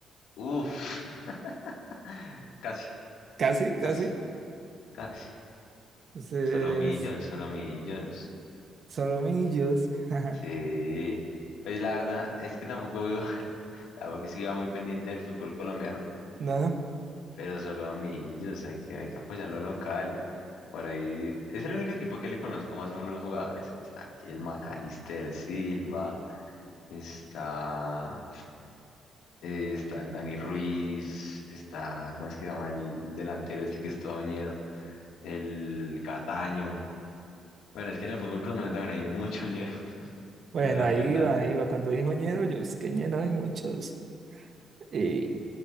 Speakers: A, on the left; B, on the right.
A: uff, <laughs> casi,
B: casi, casi,
A: casi, casi.
B: entonces
A: Solo millos, solo millos.
B: Solomillos,
A: Sí.
B: <laughs>
A: Pues la verdad es que tampoco vivo, <laughs> tampoco es que iba muy pendiente del fútbol colombiano,
B: no, no.
A: pero solo millos, hay que, hay que apoyar lo local. Por ahí es el único equipo que le conozco más o menos los jugadores, que está aquí el Macalister Silva, está, eh, está el Dani Ruiz, está, ¿cómo es que se llama el delantero este que es todo ñero? El Cataño. Bueno, es que en el fútbol colombiano también hay mucho ñero, <laughs>
B: Bueno,
A: y no se da
B: ahí
A: cuenta.
B: va,
A: le-
B: ahí va. Cuando dijo ñero, yo es que ñero hay muchos. Y,